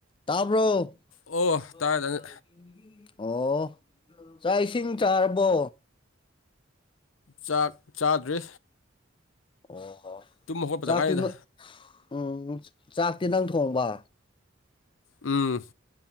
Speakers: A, on the left; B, on the left.
A: ꯇꯥꯕ꯭ꯔꯣ
B: ꯑꯣ
A: <unintelligible>
B: ꯇꯥꯔꯦꯗꯅ
A: ꯑꯣ ꯆꯥꯛ ꯏꯁꯤꯡ ꯆꯥꯔꯕꯣ
B: ꯆꯥꯛ ꯆꯥꯗ꯭ꯔꯤ
A: ꯑꯣ
B: ꯇꯨꯝ ꯍꯧꯒꯠꯄꯗ
A: ꯆꯥꯛꯇꯤ
B: ꯉꯥꯏꯔꯤꯗ
A: ꯅꯪ ꯎꯝ ꯆꯥꯛꯇꯤ ꯅꯪ ꯊꯣꯡꯕ
B: ꯎꯝ